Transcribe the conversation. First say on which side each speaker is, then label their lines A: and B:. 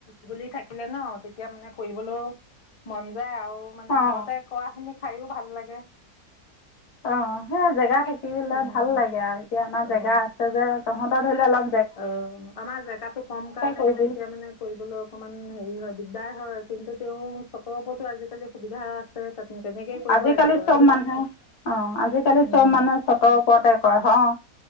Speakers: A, on the left; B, on the left.
A: বুলি থাকিলে ন তেতিয়া মানে কৰিবলৈও মন যায় আৰু। মোৰ মানে
B: অঁ
A: ঘৰতে কৰা খিনি। খাইয়ো ভাল লাগে।
B: অ সেই জেগা থাকিলে
A: উম
B: ভাল লাগে আৰু এতিয়া আমাৰ
A: অ',
B: জেগা আছে যে। তহঁত ধৰিল অলপ ।
A: অ আমাৰ জেগাতটো কম কাৰণে
B: কৰিবি
A: মানে এতিয়া মানে কৰিবলৈ অকমান হেৰি হয়। দিগদাৰ হয় কিন্তু তেওঁ চটৰ ওপৰতো আজিকালি সুবিধা। তেনেকেই কৰিব
B: আজিকালি
A: লাগিব আৰু
B: চব মানুহে অ আজিকালি
A: উম,
B: চব মানুহে চতৰ ওপৰতে কৰে হ অ।